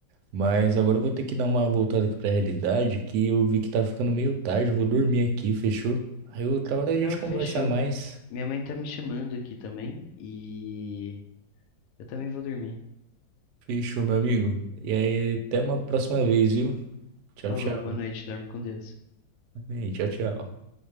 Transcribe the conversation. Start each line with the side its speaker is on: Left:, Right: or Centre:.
Right: Mas agora eu vou ter que dar uma voltada aqui pra realidade, que eu vi que tá ficando meio tarde, vou dormir aqui, fechou? Aí outra hora a gente
Left: Não,
Right: conversa
Left: fechou.
Right: mais.
Left: Minha mãe tá me chamando aqui também e eu também vou dormir.
Right: Fechou, meu amigo? E aí, até uma próxima vez, viu? Tchau,
Left: Falou,
Right: tchau.
Left: boa noite, dorme com Deus.
Right: Amém, Tchau, tchau.